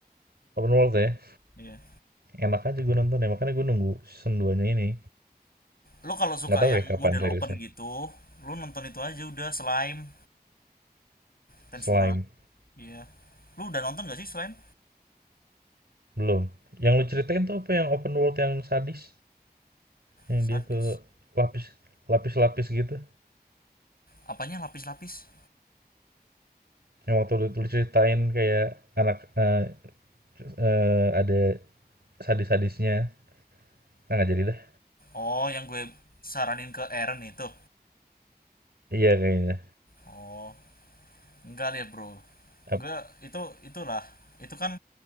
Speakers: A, on the right; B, on the left.
A: Open world ya
B: Iya.
A: enak aja gue nonton ya makanya gue nunggu season 2 nya ini
B: lu kalau suka
A: Nggak tahu
B: yang
A: ya kapan
B: model
A: rilisnya.
B: open gitu lu nonton itu aja udah slime Tensura
A: Slime.
B: iya lu udah nonton gak sih slime
A: Belum. Yang lu ceritain tuh apa yang open world yang sadis? Yang
B: sadis
A: dia ke lapis lapis-lapis gitu.
B: apanya lapis-lapis
A: Yang waktu lu, lu ceritain kayak anak eh, eh, ada sadis-sadisnya. Ah, nggak jadi dah.
B: oh yang gue saranin ke Eren itu
A: Iya kayaknya.
B: Oh, enggak ya bro.
A: Ap-
B: Gue itu itulah. Itu kan